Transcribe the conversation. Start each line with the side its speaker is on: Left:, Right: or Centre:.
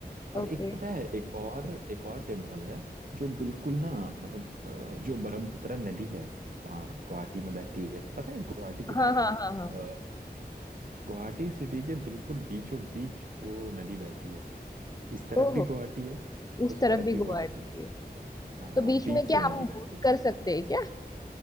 Left: ओके
Right: और एक पता है एक और एक और टेम्पल है जो बिल्कुल ना मतलब अ, जो ब्रह्मपुत्र नदी है वहाँ गुवाहाटी में बहती है पता है गुवाहाटी कितना
Left: हाँ हाँ हाँ हाँ
Right: अ, गुवाहाटी सिटी के बिल्कुल बीचों बीच वो नदी बहती है इस तरफ
Left: ओहो
Right: भी गुवाहाटी है
Left: उस
Right: उस
Left: तरफ
Right: तरफ
Left: भी
Right: भी
Left: गुवाहाटी
Right: गुवाहाटी है
Left: है
Right: हाँ
Left: तो
Right: हाँ,
Left: बीच
Right: बीच
Left: में क्या
Right: से वो नदी
Left: हम
Right: बहती
Left: बोट
Right: है
Left: कर सकते हैं क्या